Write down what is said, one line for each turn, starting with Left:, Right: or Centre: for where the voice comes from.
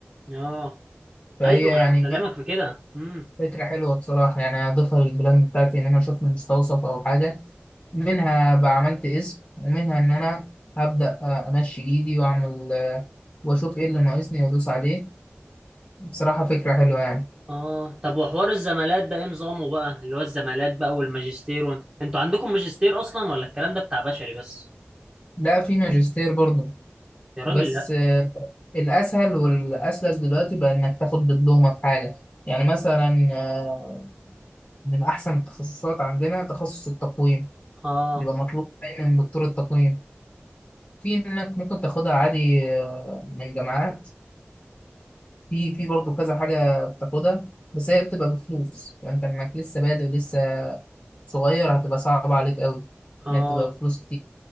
Right: اه
Left: فهي
Right: ايوه انا
Left: يعني
Right: بكلمك
Left: لأ
Right: في كده امم
Left: فكرة حلوة بصراحة يعني هضيفها للبلان بتاعتي إن أنا أشوف مستوصف أو حاجة منها بقى عملت اسم ومنها إن أنا هبدأ أمشي إيدي وأعمل آه، وأشوف إيه اللي ناقصني وأدوس عليه بصراحة فكرة حلوة يعني
Right: اه طب وحوار الزمالات ده ايه نظامه بقى اللي هو الزمالات بقى والماجستير وانت... انتوا عندكم ماجستير اصلا ولا الكلام ده بتاع بشري بس
Left: لا في ماجستير برضه
Right: يا راجل
Left: بس
Right: لا
Left: آه، الأسهل والأسلس دلوقتي بقى إنك تاخد دبلومة في حاجة يعني مثلا آه، من أحسن التخصصات عندنا تخصص التقويم
Right: اه
Left: بيبقى مطلوب دايما دكتور التقويم في إنك ممكن تاخدها عادي آه، من جامعات في في برضه كذا حاجة بتاخدها بس هي بتبقى بفلوس يعني أنت إنك لسه بادئ ولسه صغير هتبقى صعبة عليك أوي
Right: اه
Left: إنها بتبقى بفلوس كتير